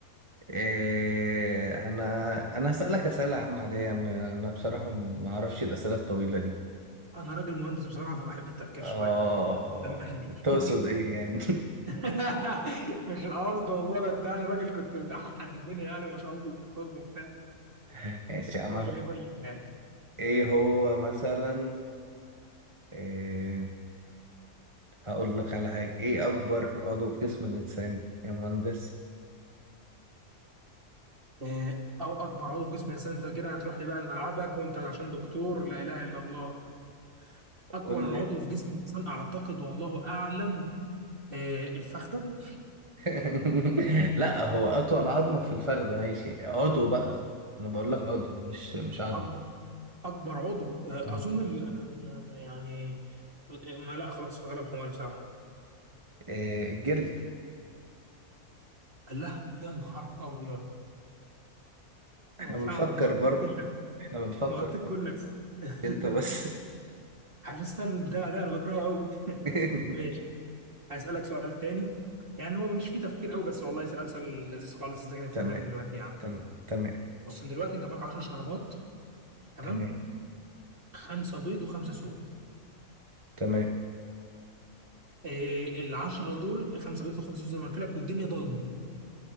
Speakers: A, on the right; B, on the right.
A: إيه أنا أنا هسألك أسئلة عامة عادية م- أنا بصراحة ما أعرفش الأسئلة الطويلة دي
B: أنا راجل مهندس بصراحة فبحب التفكير
A: آه
B: شوية يعني
A: آه.
B: سامحني
A: تقصد
B: <laughs>
A: إيه يعني
B: <laughs> مش القصد والله ده انت يعني راجل كنت بتحد الدنيا يعني ما شاء الله طب وبتاع
A: <laughs> ماشي يا عم
B: قول لي قول لي مالي
A: إيه هو مثلا إيه هقول لك على حاجة إيه أكبر عضو في جسم الإنسان يا مهندس؟
B: إيه، او اكبر عضو في جسم الانسان انت كده هتروح لي بقى لملعبك وانت عشان دكتور لا اله الا الله اكبر
A: قول
B: عضو في جسم الانسان اعتقد والله اعلم إيه، الفخذه
A: <laughs> لا هو اطول عظمه في الفخده ماشي عضو بقى انا بقول لك عضو مش مش عظم
B: أكبر أكبر عضو آه،
A: مم.
B: أظن ال- آه، يعني آه، ما لا خلاص غلب حماري بصراحة
A: إيه الجلد
B: لا يا نهار أبيض
A: احنا
B: هو
A: بنفكر
B: فعلا مغطيك
A: برضه
B: كلك
A: احنا بنفكر
B: مغطيك
A: برضه
B: كلك <laughs>
A: انت بس
B: عارف السؤال الممتع ده انا بكرهه قوي
A: <laughs>
B: <laughs> ماشي هسألك سؤال تاني يعني هو مش فيه تفكير قوي بس والله سؤال سؤال لذيذ خالص انت كده في
A: تمام
B: دماغي دلوقتي يعني
A: تمام تمام
B: بص إن دلوقتي انت معاك 10 شرابات تمام
A: تمام
B: خمسه بيض وخمسه صوب
A: تمام
B: إيه ال 10 دول خمسه بيض وخمسه صوب زي ما قلت لك والدنيا ضلمه